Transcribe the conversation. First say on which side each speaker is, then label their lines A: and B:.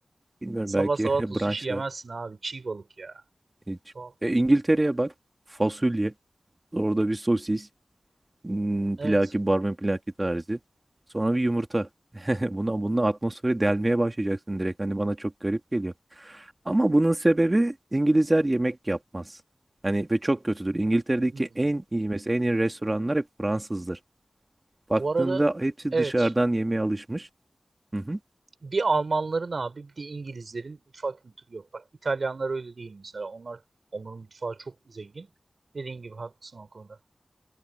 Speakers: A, on the right; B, on the right.
A: bilmiyorum
B: Sabah
A: belki
B: sabah
A: <laughs>
B: da sushi
A: brunchlar
B: yemezsin abi. Çiğ balık ya.
A: hiç.
B: Tuhaf.
A: E, İngiltere'ye bak fasulye orada bir sosis Hmm,
B: Evet.
A: Plaki, barmen plaki tarzı. Sonra bir yumurta. <laughs> Buna bununla atmosferi delmeye başlayacaksın direkt. Hani bana çok garip geliyor. Ama bunun sebebi İngilizler yemek yapmaz. Hani ve çok kötüdür. İngiltere'deki
B: Hmm.
A: en iyi mesela en iyi restoranlar hep Fransızdır. Baktığında
B: Bu arada
A: hepsi
B: evet
A: dışarıdan yemeğe alışmış. Hı hı.
B: bir Almanların abi bir de İngilizlerin mutfak kültürü yok. Bak İtalyanlar öyle değil mesela. Onlar onların mutfağı çok zengin. Dediğin gibi haklısın o konuda.